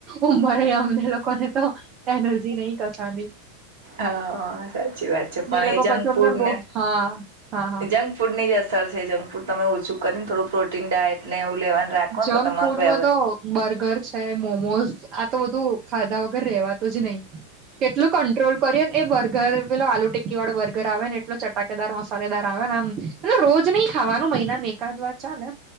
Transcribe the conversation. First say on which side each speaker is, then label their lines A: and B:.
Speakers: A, on the right; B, on the right.
A: ઉંમરે અમને લોકોને તો એનર્જી નહી કસાડલી.
B: હા સાચી વાત છે, પણ
A: લોકો
B: એ જંકફૂડને
A: પછી અમને બો હા હા હા
B: જંક -ફૂડની જ અસર છે, જંક ફૂડ તમે ઓછું કરીને થોડું. પ્રોટીન ડાયટ ને એવું લેવાનું રાખો ને
A: જંક
B: તો તમારું
A: ફૂડમાં
B: વ <unintelligible>
A: તો બર્ગર છે, મોમોઝ બધું ખાધા વગર રેવાતુ જ નહી કેટલું કંટ્રોલ. <unintelligible> એ બર્ગર, પેલો આલુ ટીકી વાળો બર્ગર આવે ને એટલો ચટાકેદાર મસાલેદાર આવે ને આમ. એ રોજ નહી ખાવાનું મહિનામાં એકાદ વાર ચાલે.